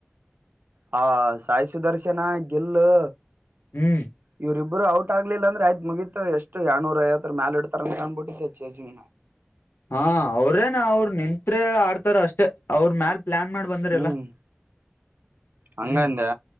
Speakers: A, on the right; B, on the left.
A: ಹಾ ಸಾಯಿ ಸುದರ್ಶನ ಗೆಲ್ಲು
B: ಹ್ಮ್
A: ಇವ್ರರಿಬ್ಬರು ಔಟ್ ಆಗ್ಲಿಲ್ಲ ಅ್ರ ಆಯ್ ಮುಗಿತ ಎಷ್ಟು ಎಡ್ನೂ ಐವರ ಮೇಾಲ ಇಡ್ತಾರ ಅ ಕ್ಬಿಟ್ಟಿದ್ದ ಚೇಸಿಂಗ್
B: ಹಾ ಅವ್ರೇನ ಅವ್ರ ನಿಂತ್ ಆಡ್ತಾರ ಅಷ್ಟೇ ಅವ್ರ ಮ್ಯಲ್ ಪ್ಲಾನ್ ಮಾಡಿ ಬಂದ್ರಲ್ಲ
A: ಹ್ಮ್ ಹಂಗಂದೆ
B: ಹ್ಮ್